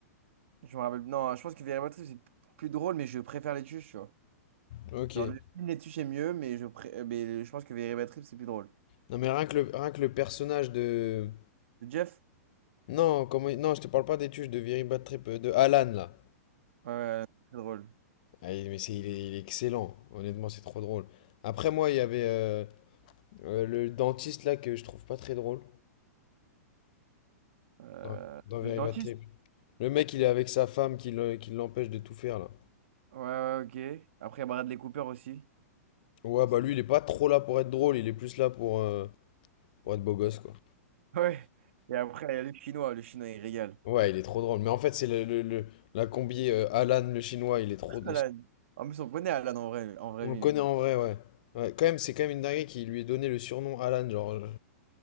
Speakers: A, on the right (about 50°); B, on the left (about 30°).
A: Je me rappelle. Non, je pense que Véritable Trip, c'est plus drôle, mais je préfère les tuches, tu vois.
B: hein. Ok.
A: Genre, le film Les tuches est mieux, mais je, pré... euh, mais je pense que Véritable Trip, c'est plus drôle.
B: Non mais rien que le, rien que le personnage de
A: Le Jeff?
B: non comment il- non je te parle pas des tuches de Very Bad Trip euh, de Alan là.
A: Ouais, ouais, très drôle.
B: Ah, il- mais c'est il est, il est excellent. Honnêtement c'est trop drôle. Après moi il y avait euh, euh, le dentiste là que je trouve pas très drôle
A: Euh,
B: dans, dans Very
A: Le dentiste?
B: Bad Trip. Le mec il est avec sa femme qui l'en- qui l'empêche de tout faire là.
A: Ouais, ouais, ok. Après, il y a Bradley Cooper aussi.
B: Ouais
A: <laughs>
B: bah lui il est pas trop là pour être drôle il est plus là pour euh, Pour être beau gosse, quoi.
A: Ouais. Et après, il y a le chinois. Le chinois, il régale.
B: Ouais, il est trop drôle. Mais en fait, c'est le, le- le- la combi euh, Alan, le chinois, il est trop.
A: <laughs> Alan. En plus, on connaît Alan en vrai, en vrai
B: On le
A: vie.
B: connaît en vrai, ouais. Ouais, quand même, c'est quand même une dinguerie qui lui ait donné le surnom Alan. Genre, euh,